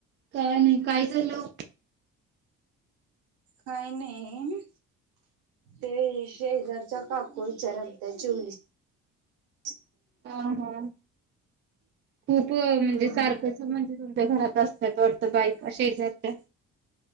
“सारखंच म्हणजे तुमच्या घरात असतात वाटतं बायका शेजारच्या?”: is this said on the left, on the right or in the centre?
Right